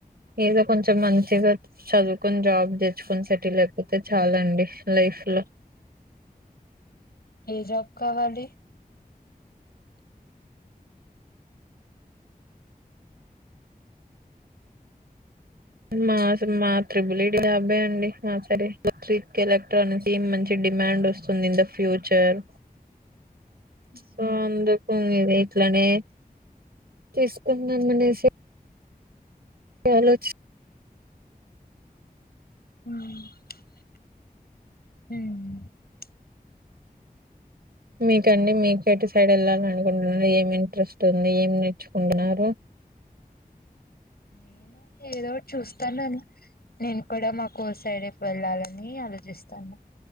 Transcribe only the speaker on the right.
ఏదో కొంచెం మంచిగా చదువుకొని జాబ్ తెచ్చుకొని సెటిల్ అయిపోతే చాలా అండి లైఫ్ లో
మా మా త్రిబుల్ ఐడి జాబే అండి మా సరీకి ఎలక్ట్రానిక్స్ ఏ మంచి డిమాండ్ వస్తుంది ఇన్ ద ఫ్యూచర్ సో అందుకు ఇది ఇట్లానే తీసుకుంటున్నాం అనేసి ఆలోచి
మీకండి మీక ఎటు సైడ్ వెళ్ళాల అనుకుంటున్నారు. ఏం ఇంట్రెస్ట్ ఉంది ఏం నేర్చుకుంటున్నారు.